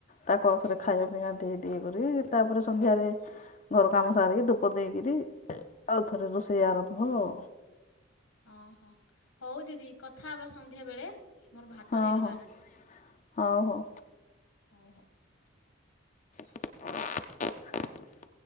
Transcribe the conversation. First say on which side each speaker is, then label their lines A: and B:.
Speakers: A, on the left; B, on the left.
A: ତାକୁ ଆଉଥରେ ଖାଇବା ପିଇବା ଦେଇ ଦେଇି କରି ତାପରେ ସନ୍ଧ୍ୟାରେ ଘର କାମ ସାରିକି ଧୂପ ଦେଇକିରି ଆଉ ଥରେ ରୋଷେଇ ଆରମ୍ଭ ଆଉ।
B: ଅ ହଁ ହଉ ଦିଦି। କଥା ହେବା ସନ୍ଧ୍ୟା ବେଳେ ମୋର ଭାତ
A: ହଁ
B: ହେଇଗଲାଣି।
A: ହଁ ହଉ ହଉ।
B: ଓ ହ
A: <inaudible>